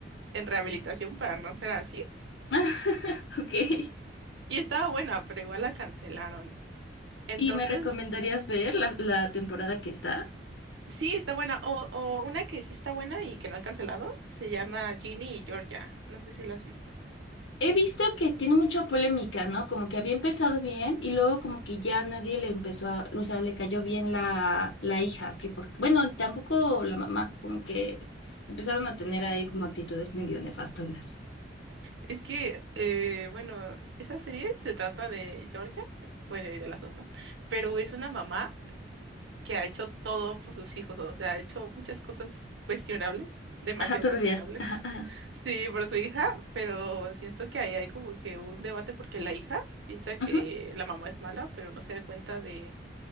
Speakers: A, on the right (about 85°); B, on the left (about 85°).
A: en rehabilitación para no ser así.
B: <laughs> Ok.
A: Y estaba buena, pero igual la cancelaron. Entonces,
B: ¿Y me recomendarías ver la, la temporada que está?
A: sí, está buena. O, o una que sí está buena y que no han cancelado, se llama Ginny y Georgia. No sé si la has visto.
B: He visto que tiene mucha polémica, ¿no? Como que había empezado bien y luego como que ya nadie le empezó a, o sea, le cayó bien la, la hija, que porque, bueno, tampoco la mamá, como que empezaron a tener ahí como actitudes medio nefastonas.
A: Es que, eh, bueno, esa serie se trata de Georgia, bueno, y de las dos, ¿no? Pero es una mamá que ha hecho todo por sus hijos, o sea, ha hecho muchas cosas cuestionables,
B: <laughs>
A: demasiado
B: Ajá, turbias.
A: cuestionables.
B: Ajá, ajá.
A: Sí, por su hija, pero siento que ahí hay como que un debate porque la hija piensa que
B: Ujú.
A: la mamá es mala, pero no se da cuenta de,